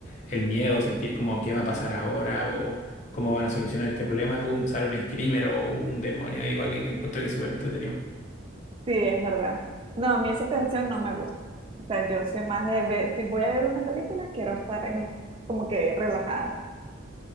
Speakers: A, on the left; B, on the right.
A: el miedo, sentir como qué va a pasar ahora o cómo van a solucionar este problema, pum, sale un screamer o un demonio, igual en- encuentro que es súper entretenido.
B: sí, es verdad. No, a mí esa tensión no me gusta. O sea, yo soy más de ver, si voy a ver una película, quiero estar en- como que relajada.